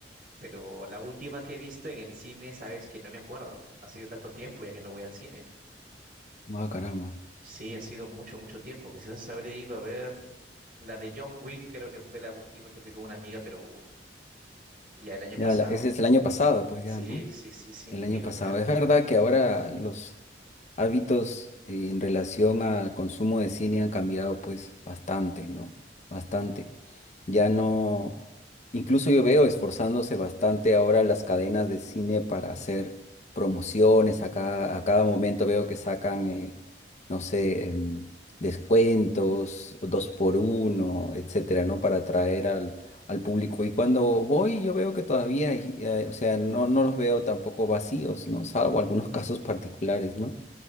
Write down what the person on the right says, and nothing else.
Pero la última que he visto en el cine, sabes que no me acuerdo, ha sido tanto tiempo ya que no voy al cine.
Sí, ha sido mucho, mucho tiempo. Quizás habré ido a ver la de John Wick, creo que fue la última que fui con una amiga, pero uf, ya el año
pasado.
Sí,
sí, sí, sí, no
he ido,
mira.